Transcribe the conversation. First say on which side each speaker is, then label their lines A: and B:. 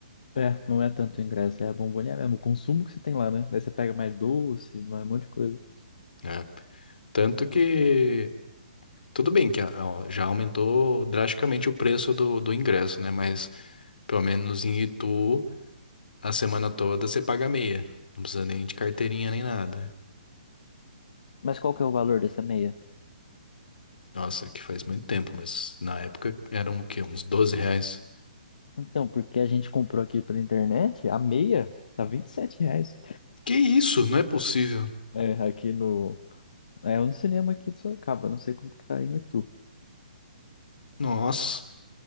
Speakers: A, on the left; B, on the left.
A: É, não é tanto ingresso, é a bomboniere mesmo, o consumo que você tem lá, né? Daí você pega mais doce, mais um monte de coisa.
B: né Tanto que, tudo bem que a- a- já aumentou drasticamente o preço do, do ingresso, né? Mas pelo menos em Itu, a semana toda você paga meia, não precisa nem de carteirinha nem nada.
A: Mas qual que é o valor dessa meia?
B: Nossa, que faz muito tempo, mas na época eram o quê? Uns doze reais.
A: Então, porque a gente comprou aqui pela internet, a meia tá 27 reais.
B: Que isso? Não é possível.
A: É, aqui no... É um cinema aqui de Sorocaba, não sei como que tá aí em Itu.
B: Nossa,